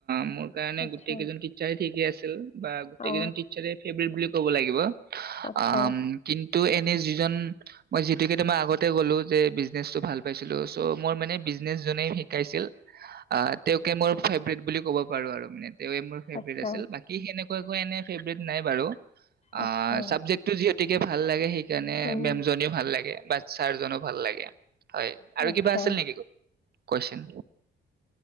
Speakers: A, on the right; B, on the left.
A: মোৰ কাৰণে
B: আচ্ছা
A: গোটেইজন টচাৰ ঠিকে আছে <unintelligible> বা গোটেই
B: অ
A: কেইজন তিচাৰে ফেভৰেত বুলি ক'ব লাগিব উ
B: আচ্ছা
A: কিন্তু টো এনেই যিজন মই যিটোকে মই আগতে গ'লো যে বিজনেচটো ভাল পাইছিলো চ' মোৰ মানে বিজনেচ জোনেই শিকাইছিল অ তেওঁকে মোৰ ফেভৰেত বুলি ক'ব বাৰু আৰু মিনিত তেওয়ে মোৰ ফেভট
B: আচ্ছা
A: আছিল বাকী হেনেকো একো এনে ফেভট নাই বাৰু অ
B: আচ্ছা
A: চাবজেক্টটো যিহেতুকে ভাল লাগে সেইকাৰণে
B: উম
A: মেম জনী ভাল লাগে বাচ্ছাৰ জনো ভাল লাগে হয় আৰু
B: আচ্ছা
A: কিবা আছিল নেকি কোযেনচোন